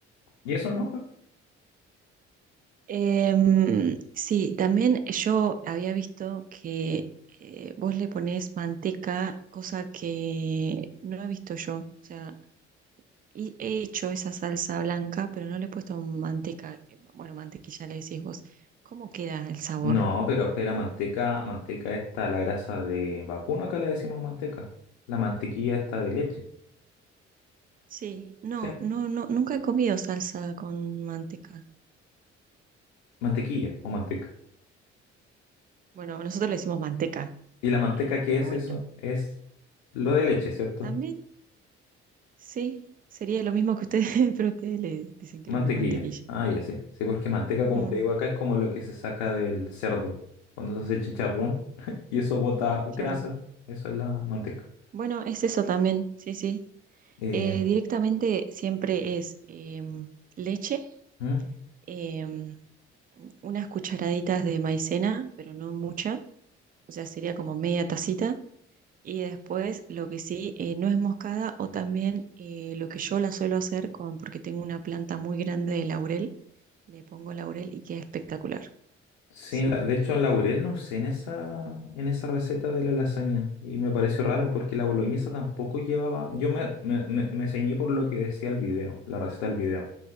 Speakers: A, on the left; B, on the right.
A: Y eso nomás fue.
B: Em, sí, también yo había visto que eh, vos le ponés manteca, cosa que no he visto yo. O sea, y he hecho esa salsa blanca, pero no le he puesto manteca. que, Bueno, mantequilla le decís vos. ¿Cómo queda el sabor?
A: No, pero espera, manteca, manteca esta, la grasa de vacuno, acá le decimos manteca. La mantequilla esta de leche.
B: Sí, no,
A: Sí,
B: no, no, nunca he comido salsa con manteca.
A: mantequilla o manteca.
B: Bueno, nosotros le decimos manteca,
A: ¿Y la
B: eh,
A: manteca qué
B: pero
A: es
B: bueno,
A: eso? Es lo de leche, ¿cierto?
B: también sí, sería lo mismo que ustedes, <laughs> pero ustedes le dicen creo
A: Mantequilla.
B: que mantequilla.
A: Ah, ya sí. Sí, porque manteca,
B: Ujú,
A: como te digo acá, es como lo que se saca del cerdo cuando se hace chicharrón <laughs> y eso bota grasa.
B: Claro.
A: Eso es la manteca.
B: Bueno, es eso también, sí, sí.
A: Eh,
B: Eh, directamente siempre es em, leche,
A: ¿Mm?
B: em, unas cucharaditas de maicena, pero no mucha, o sea, sería como media tacita. Y después lo que sí, eh, nuez moscada o también eh, lo que yo la suelo hacer con, porque tengo una planta muy grande de laurel, le pongo laurel y queda espectacular
A: Sí,
B: el sabor.
A: la- de hecho laurel no usé en esa, en esa receta de la lasaña y me pareció raro porque la boloñesa tampoco llevaba, yo me, me, me- me ceñí por lo que decía el video, la receta del video